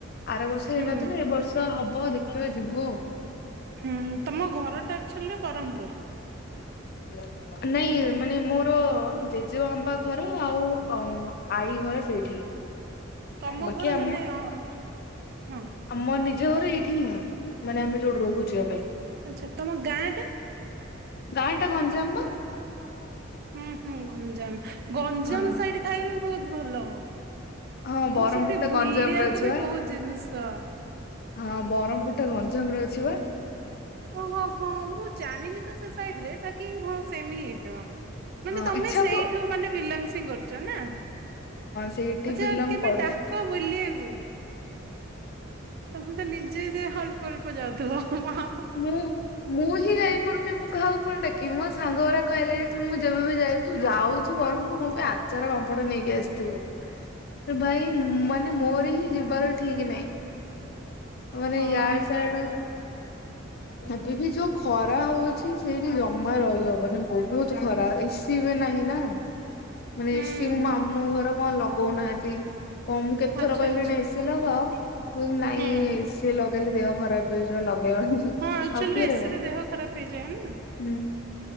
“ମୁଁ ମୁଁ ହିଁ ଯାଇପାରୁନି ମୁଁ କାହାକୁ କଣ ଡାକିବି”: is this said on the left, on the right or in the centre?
Left